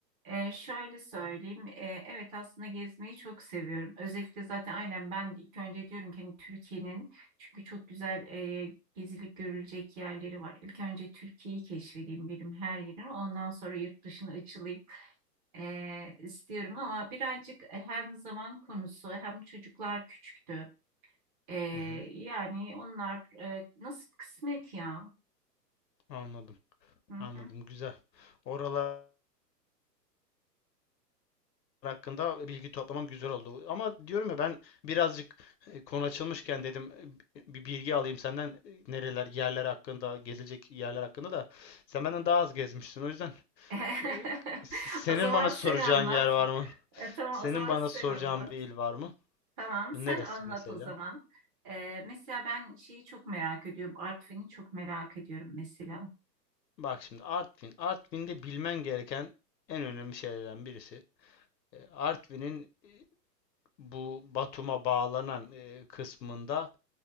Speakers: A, on the right; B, on the left.
A: Ee, şöyle söyleyeyim. Ee, evet aslında gezmeyi çok seviyorum. Özellikle zaten aynen ben de ilk önce diyorum ki hani Türkiye'nin çünkü çok güzel e, gezilip görülecek yerleri var. İlk önce Türkiye'yi keşfedeyim birim her yerini. Ondan sonra yurt dışına açılayım e, istiyorum ama birazcık e, hem zaman konusu hem çocuklar küçüktü. Ee,
B: Hı hı,
A: yani onlar e, nasip kısmet ya.
B: anladım.
A: Hı hı.
B: Anladım. Güzel. Oralar hakkında bilgi toplamam güzel oldu. Ama diyorum ya ben birazcık e, konu açılmışken dedim e, bir bilgi alayım senden e, nereler, yerler hakkında, gezilecek yerler hakkında da sen benden daha az gezmişsin. O yüzden
A: <laughs>
B: Ve senin
A: O zaman
B: bana
A: sen
B: soracağın
A: anlat.
B: yer var mı?
A: E, tamam
B: Senin
A: o zaman
B: bana
A: sen
B: soracağın
A: anlat.
B: bir il var mı?
A: Tamam
B: Neresi
A: sen anlat
B: mesela?
A: o zaman. E, mesela ben şeyi çok merak ediyorum. Artvin'i çok merak ediyorum mesela.
B: Bak şimdi Artvin. Artvin'de bilmen gereken en önemli şeylerden birisi. e, Artvin'in e, bu Batum'a bağlanan e, kısmında